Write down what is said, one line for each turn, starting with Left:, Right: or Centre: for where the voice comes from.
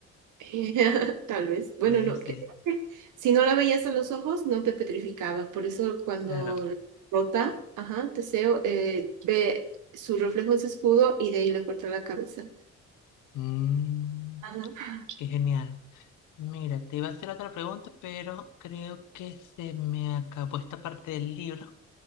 Right: <laughs> Tal vez. Bueno,
Left: Puede
Right: no.
Left: ser.
Right: que- <laughs> Si no la veías a los ojos, no te petrificaba. Por eso cuando
Left: Claro.
Right: rota, ajá, Teseo eh, ve su reflejo en su escudo y de ahí le corta la cabeza.
Left: Mm,
Right: Ajá.
Left: qué genial. Mira, te iba a hacer otra pregunta, pero creo que se me acabó esta parte del libro.